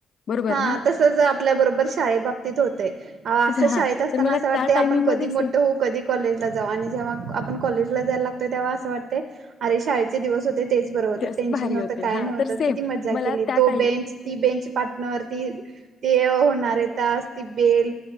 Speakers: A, on the left (about 60°); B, on the right (about 70°).
A: बरोबर
B: हा
A: ना
B: तसंच आपल्याबरोबर शाळे बाबतीत होते असे
A: अच्छा हा
B: शाळेत असताना
A: तर मला
B: असे वाटते
A: त्या टायमिंगमध्ये
B: आपण कधी
A: सेम
B: मोठे होऊ कधी कॉलेजला जाऊ आणि जेव्हा आपण कॉलेजला जायला लागतं तेव्हा असं वाटतं अरे शाळेचे दिवस होते. हेच बरोबर
A: तेच
B: टेन्शन
A: भारी
B: नव्हतं
A: होते
B: काय
A: हा
B: नव्हतं
A: तर सेम
B: किती मज्जा
A: मला
B: केली
A: त्या
B: तो
A: काही
B: बेंच ती बेंच पात वरती ते होणारे तास ती बेल